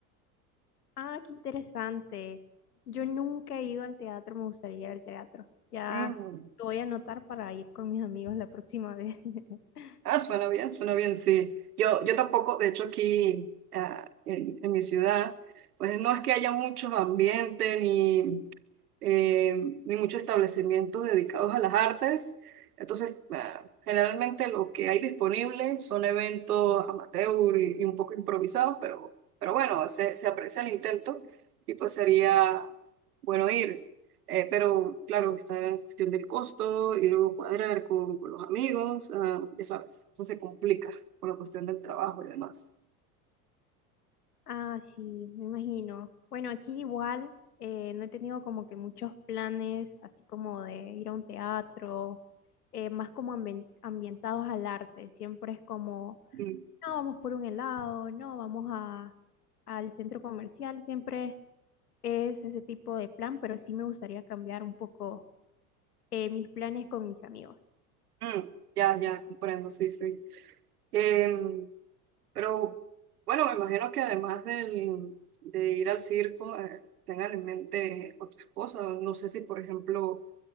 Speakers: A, on the left; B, on the right.
A: Ah, qué interesante. Yo nunca he ido al teatro, me gustaría ir al teatro. Ya
B: Mm.
A: lo voy a anotar para ir con mis amigos la próxima vez. <laughs>
B: Ah, suena bien, suena bien, sí. Yo, yo tampoco, de hecho aquí ah, en, en mi ciudad, pues no es que haya muchos ambientes ni... eh, ni muchos establecimientos dedicados a las artes. Entonces, ah, generalmente lo que hay disponible son eventos amateur y, y un poco improvisados, pero, pero bueno, se, se aprecia el intento y pues sería bueno ir. Eh, pero claro, está en cuestión del costo y luego cuadrar con, con los amigos, ah, ya sabes, eso se complica por la cuestión del trabajo y demás.
A: Ah, sí, me imagino. Bueno, aquí igual eh, no he tenido como que muchos planes, así como de ir a un teatro, eh, más como ambien- ambientados al arte. Siempre es como,
B: Mm,
A: no, vamos por un helado, no, vamos a, al centro comercial. Siempre es ese tipo de plan, pero sí me gustaría cambiar un poco eh, mis planes con mis amigos.
B: mm, ya, ya, comprendo, sí, sí. Em, Pero bueno, me imagino que además del, de ir al circo, eh, tengan en mente otras cosas. No sé si, por ejemplo,